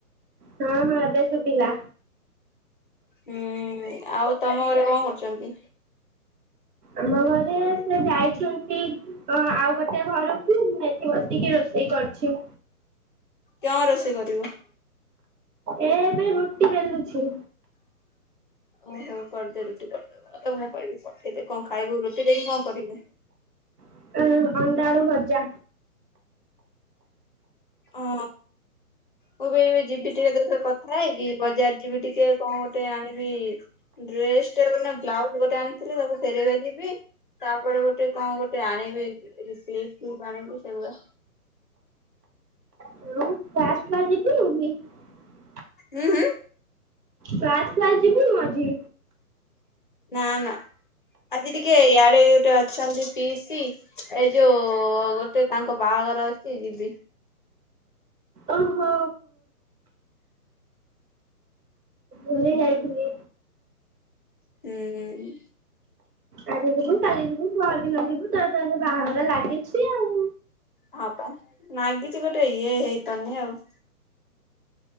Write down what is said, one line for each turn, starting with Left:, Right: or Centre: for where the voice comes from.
Right: ହଁ ହଁ ଏବେ ସୁଭିଲା
Left: ହୁଁ ଆଉ ତମ ଘରେ କଣ କରୁଛନ୍ତି?
Right: ଆମ ଘରେ ସେ ଯାଇଛନ୍ତି ଆଉ ଗୋଟେ ଘରକୁ ମୁ ଏଠି ବସିକି ରୋଷେଇ କରୁଛି
Left: କଣ ରୋଷେଇ କରିବ?
Right: ଏ ଏବେ ରୁଟି ବେଲୁଛି
Left: ଓ ହଉ କରିଦେ ରୁଟି କରିଦେବା ମୁଁ କହିବି ପଠେଇଦେ କଣ ଖାଇବୁ ରୁଟି ଦେଇକି କଣ କରିବେ?
Right: ଅଁ, ଅଣ୍ଡା ଆଳୁ ଭଜା
Left: ହଁ ମୁଁ ବି ଏ ଯିବି ଟିକେ ତଖ କଥା ହେଇକି ବଜାର ଯିବି ଟିକେ କଣ ଗୋଟେ ଆଣିବି ଡ୍ରେସ ଟା ବ୍ଲାଉଜ ଗୋଟେ ଆଣିଥିଲି ତାକୁ ଫେରେଇବା ଯିବି ତାପରେ ଗୋଟେ କଣ ଗୋଟେ ଆଣିବି ସ୍ଲିପ କି ପାଣି ସେଗୋଡା
Right: ମୁଁ <unintelligible>
Left: ହୁଁ ହୁଁ
Right: କ୍ଲାସ ଫ୍ଲାସ ଜିବୁନୁ ଆଜି?
Left: ନା ନା ଆଜି ଟିକେ ଇଆଡେ ଗୋଟେ ଅଛନ୍ତି ପିସି ଏଇ ଯୋଉ ଗୋଟେ ତାଙ୍କ ବାହାଘର ଅଛି ଯିବି
Right: ଓହୋ ଭୁଲି ଯାଇଥିଲି
Left: ହୁଁ ହୁଁ
Right: ଆଜି ଯିବୁ କାଲି ଯିବୁ ପର ଦିନ ଯିବୁ ତ ତା ବାହାଘର ଲାଗ ଲାଗିଛି ଆଉ
Left: ହଁ ପା ନାଗିଛି ଗୋଟେ ଇଏ ହେଇପାରୁନି ଆଉ